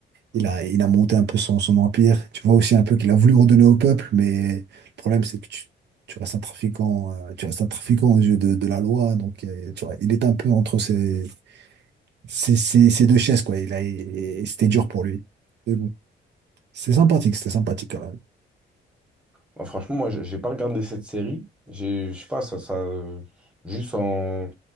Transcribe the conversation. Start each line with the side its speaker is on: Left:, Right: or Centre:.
Right: il a, il a monté un peu son, son empire. Tu vois aussi un peu qu'il a voulu redonner au peuple, mais le problème, c'est que tu, tu restes un trafiquant, euh, tu restes un trafiquant aux yeux de, de la loi. Donc, euh, tu vois, il est un peu entre ces, ces, ces, ces deux chaises, quoi. Il a, et c'était dur pour lui. Mais bon, c'est sympathique, c'était sympathique quand même.
Centre: Moi, franchement, moi, j'ai j'ai pas regardé cette série. J'ai, je sais pas, ça, ça, euh, juste en.